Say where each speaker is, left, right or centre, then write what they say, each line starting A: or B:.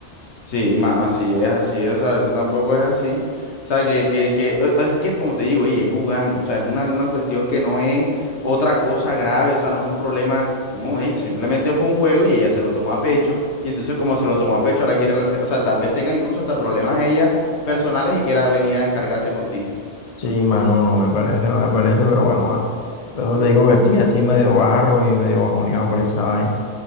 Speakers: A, on the left; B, on the left.
A: Sí, mano, así es, así es, o sea, eso tampoco es así. O sea, que, que, que, o- o es que como te digo, ey, es jugando, o sea, es una, una cuestión que no es otra cosa grave, o sea, no es un problema, no, ey, simplemente fue un juego y ella se lo tomó a pecho, y entonces como se lo tomó a pecho, ahora quiere, rese- o sea, tal vez tenga incluso hasta problemas ella personales y quiera venir a descargarse contigo.
B: sí, mano, no me parece, no me parece, pero bueno, va. Por eso te digo que estoy así medio barro y medio bajoneado por esa vaina.